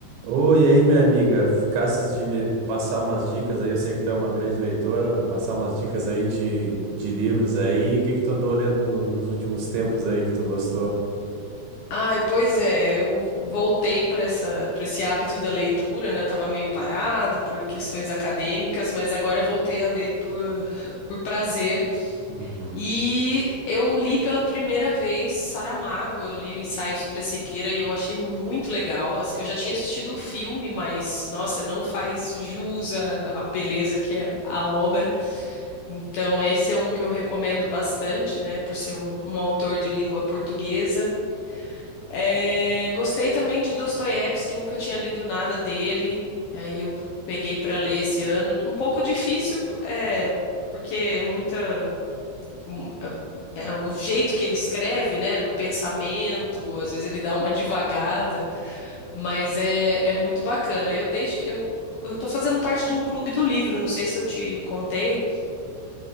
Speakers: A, on the right (about 75°); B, on the left (about 70°).
A: Oi, e aí, minha amiga, ficasses de me passar umas dicas aí, eu sei que tu é uma grande leitora, me passar umas dicas aí de, de livros aí, o que que tu andou lendo no- nos últimos tempos aí que tu gostou?
B: Ai, pois é, eu voltei para essa, para esse hábito da leitura, né? Eu estava meio parada por questões acadêmicas, mas agora eu voltei a ler por, por prazer.
A: Uhum.
B: E eu li pela primeira vez Saramago, eu li o Ensaio sobre a Cegueira e eu achei muito legal. Eu já tinha assistido o filme, mas nossa, não faz jus à, à beleza que é a obra. Então, esse é um que eu recomendo bastante, né? Por ser um um autor de língua portuguesa. É, gostei também de Dostoiévski, nunca tinha lido nada dele. Aí eu peguei para ler esse ano. Um pouco difícil, é, porque é muita um, é é o jeito que ele escreve, né, do pensamento, às vezes ele dá uma divagada, mas é, é muito bacana. Eu desde que eu eu tô fazendo parte de um clube do livro, não sei se eu te contei,